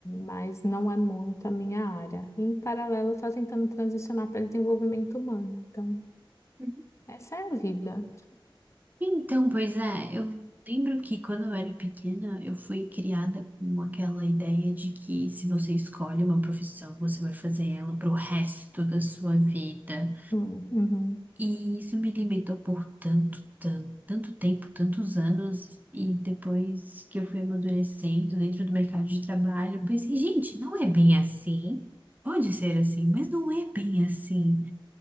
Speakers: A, on the left; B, on the right.
A: mas não é muito a minha área. E em paralelo, eu estava tentando transicionar para desenvolvimento humano. Então,
B: uhum.
A: essa é a vida.
B: Então, pois é, eu lembro que quando eu era pequena, eu fui criada com aquela ideia de que se você escolhe uma profissão, você vai fazer ela pro resto da sua vida.
A: Hum, uhum,
B: E isso me limitou por tanto, tanto, tanto tempo, tantos anos, e depois que eu fui amadurecendo dentro do mercado de trabalho, eu pensei, gente, não é bem assim. Pode ser assim, mas não é bem assim.